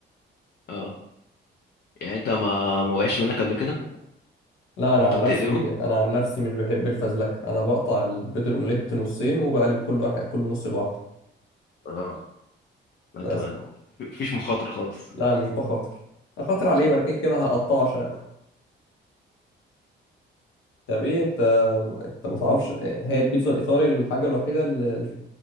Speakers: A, on the left (about 55°); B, on the left (about 85°).
A: اه يعني انت ما ما وقعش منك قبل كده
B: لا انا
A: وانت
B: عن
A: بتقلبه
B: نفسي انا عن نفسي مش بحب الفزلكه انا بقطع البيض الاومليت نصين وبقلب كل واحد كل نص لوحده
A: اه ما
B: بس
A: انت ما فيش مخاطره خالص
B: لا مش بخاطر اخاطر عليه ما انا كده كده هقطعه عشان اكله طب ايه انت انت ما تعرفش هي البيتزا الايطالي الحاجه الوحيده اللي